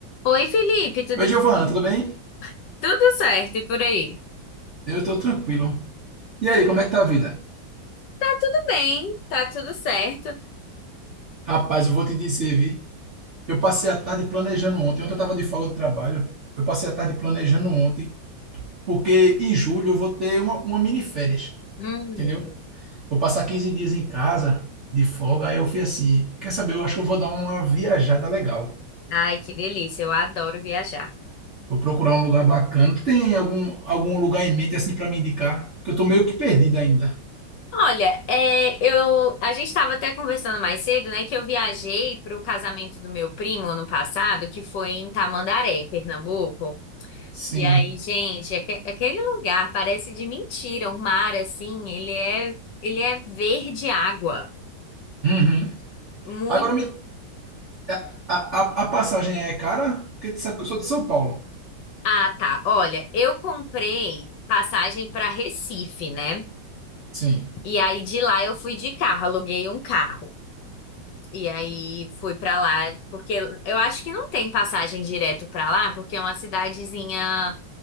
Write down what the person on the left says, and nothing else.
Oi, Felipe, tudo
bem?
Tudo certo e por aí?
Tá tudo bem, tá tudo certo.
Hum,
ai, que delícia, eu adoro viajar.
Olha, é, eu, a gente estava até conversando mais cedo, né, que eu viajei para o casamento do meu primo ano passado, que foi em Tamandaré, em Pernambuco.
E aí, gente, aque- aquele lugar parece de mentira, o mar, assim, ele é, ele é verde água,
muito...
Ah, tá. Olha, eu comprei passagem para Recife, né?
E aí de lá eu fui de carro, aluguei um carro. E aí fui para lá, porque eu acho que não tem passagem direto para lá, porque é uma cidadezinha